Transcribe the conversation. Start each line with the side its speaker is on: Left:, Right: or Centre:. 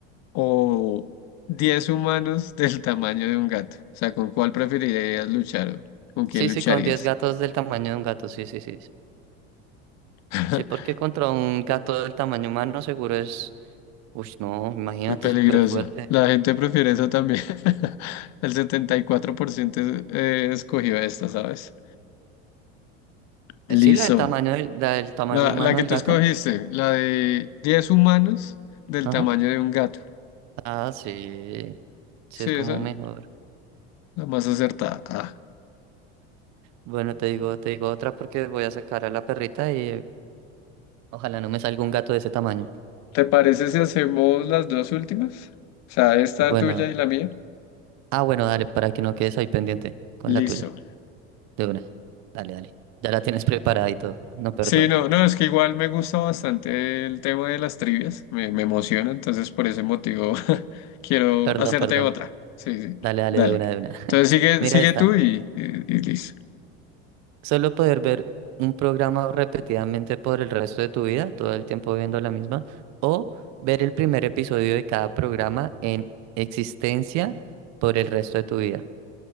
Left: o 10 humanos del tamaño de un gato. O sea, ¿con cuál preferirías luchar? o ¿Con quién
Right: sí,
Left: lucharías?
Right: sí, con 10 gatos del tamaño de un gato, sí, sí, sí. Sí,
Left: <laughs>
Right: Sí, porque contra un gato del tamaño humano seguro es... Uy, no, imagínate,
Left: Muy peligroso.
Right: súper fuerte.
Left: La gente prefiere eso también. <laughs> El 74% es- eh, escogió esta, ¿sabes? Listo.
Right: Eh, Sí, la del tamaño del, la del tamaño
Left: La,
Right: humano
Left: la que
Right: del
Left: tú
Right: gato.
Left: escogiste, la de 10 humanos del
Right: Ajá.
Left: tamaño de un gato.
Right: Ah, sí, sí,
Left: Sí,
Right: es como
Left: esa,
Right: mejor.
Left: la más acertada. Ah.
Right: Bueno, te digo, te digo otra porque voy a sacar a la perrita y ojalá no me salga un gato de ese tamaño.
Left: ¿Te parece si hacemos las dos últimas? O sea, esta
Right: Bueno,
Left: tuya
Right: dale.
Left: y la mía.
Right: Ah, bueno, dale, para que no quedes ahí pendiente con
Left: Listo.
Right: la tuya. De una. Dale, dale. Ya la tienes preparada y todo. No, perdón.
Left: Sí, no, no, es que igual me gusta bastante el tema de las trivias, me, me emociona, entonces por ese motivo <laughs> quiero
Right: Perdón,
Left: hacerte
Right: perdón.
Left: otra. Sí, sí,
Right: Dale, dale,
Left: dale.
Right: de una, de una. <laughs>
Left: Entonces sigue,
Right: Mira
Left: sigue
Right: esta.
Left: tú y, y, y listo.
Right: Solo poder ver un programa repetidamente por el resto de tu vida, todo el tiempo viendo la misma, o ver el primer episodio de cada programa en existencia por el resto de tu vida.